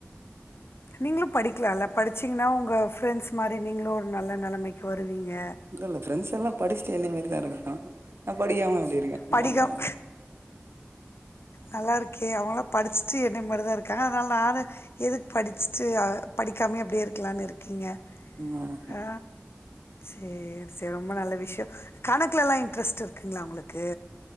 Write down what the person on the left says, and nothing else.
நீங்களு படிக்கலால்ல படிச்சீங்கன்னா உங்கள் ஃப்ரெண்ட்ஸ் மாரி நீங்களு ஒரு நல்ல நெலைமைக்கு வருவீங்க
படிகம்
நல்லா இருக்கே அவங்களா படிச்சுட்டு என்னய மாரி தா இருக்காங்க அதனால நானு எதுக்கு படிச்சுட்டு படிக்காமே அப்டியே இருக்கலான்னு இருக்கீங்க
ஆ சேரி சேரி ரொம்ப நல்ல விஷயம் கணக்குல எல்லா இன்ட்ரெஸ்ட் இருக்குங்களா உங்களுக்கு